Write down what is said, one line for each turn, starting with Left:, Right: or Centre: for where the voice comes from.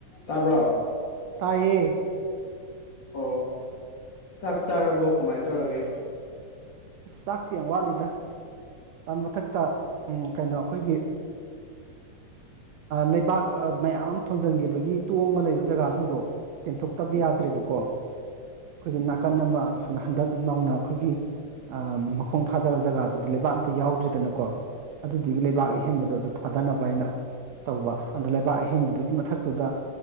Left: ꯇꯥꯕꯔꯣ
Right: ꯇꯥꯏꯌꯦ
Left: ꯑꯣ ꯆꯥꯛ ꯆꯥꯔꯕꯣ ꯀꯃꯥꯏꯅ ꯇꯧꯔꯒꯦ
Right: ꯆꯥꯛꯇꯤ ꯌꯥꯝ ꯋꯥꯠꯂꯤꯗ ꯃꯊꯛꯇ ꯀꯩꯅꯣ ꯑꯩꯈꯣꯏꯒꯤ ꯂꯩꯕꯥꯛ ꯃꯌꯥꯝ ꯑꯃ ꯊꯣꯟꯖꯤꯟꯈꯤꯕꯒꯤ ꯇꯣꯡꯉ ꯂꯩꯕ ꯖꯒꯥꯁꯤꯡꯗꯣ ꯇꯦꯟꯊꯣꯛꯇꯕ
Left: ꯎꯝ
Right: ꯌꯥꯗ꯭ꯔꯦꯕꯀꯣ ꯑꯩꯈꯣꯏꯒꯤ ꯅꯥꯀꯟ ꯑꯃ ꯍꯟꯗꯛ ꯅꯧꯅ ꯑꯩꯈꯣꯏꯒꯤ ꯃꯈꯣꯡ ꯊꯥꯗꯕ ꯖꯒꯥꯗꯨꯗꯤ ꯂꯩꯕꯥꯛ ꯑꯝꯇ ꯌꯥꯎꯗ꯭ꯔꯤꯗꯅꯀꯣ ꯑꯗꯨꯗꯨꯒꯤ ꯂꯩꯕꯥꯛ
Left: ꯎꯝ
Right: ꯑꯍꯦꯟꯕꯗꯣꯗ ꯊꯥꯗꯅꯕ ꯍꯥꯏꯅ ꯇꯧꯕ ꯑꯗ ꯂꯩꯕꯥꯛ ꯑꯍꯦꯟꯕꯗꯨꯒꯤ ꯃꯊꯛꯇꯨꯗ